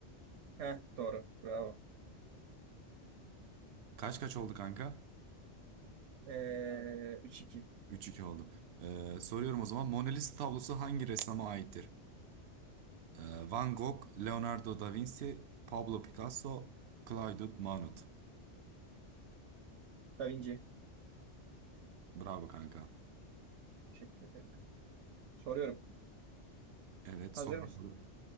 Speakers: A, on the right; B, on the right.
A: Heh, doğru. Bravo.
B: Kaç kaç oldu kanka?
A: Ee, 3, 2.
B: Üç iki oldu. Ee, soruyorum o zaman. Mona Lisa tablosu hangi ressama aittir? Ee, Van Gogh, Leonardo da Vinci, Pablo Picasso, Claude Monet.
A: Da Vinci.
B: Bravo kanka.
A: Teşekkür ederim. Soruyorum.
B: Evet,
A: Hazır
B: sor
A: mısın?
B: bakalım.